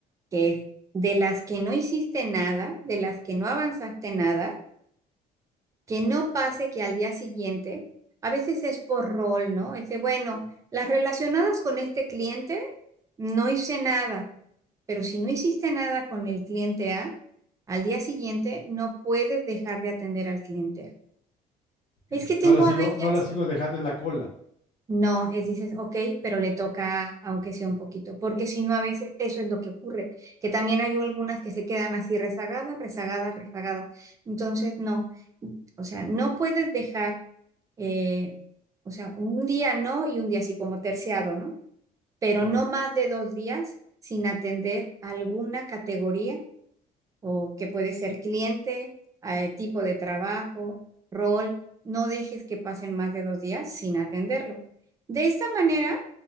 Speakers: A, on the right; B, on the left.
A: que es de las que no hiciste nada, de las que no avanzaste nada, que no pase que al día siguiente, a veces es por rol, ¿no? Es de, bueno, las relacionadas con este cliente, no hice nada, pero si no hiciste nada con el cliente A, al día siguiente no puedes dejar de atender al cliente A.
B: ok.
A: Es que tengo
B: No la sigo,
A: a veces
B: no la sigo dejando en la cola,
A: No, es dices, ok, pero le toca, aunque sea un poquito, porque si no, a veces eso es lo que ocurre, que también hay algunas que se quedan así rezagadas, rezagadas, rezagadas. Entonces, no, o sea, no puedes dejar, eh, o sea, un día no y un día así como terciado, ¿no? Pero
B: claro.
A: no más de dos días sin atender alguna categoría o que puede ser cliente, eh, tipo de trabajo, rol, no dejes que pasen más de dos días sin atenderlo. De esta manera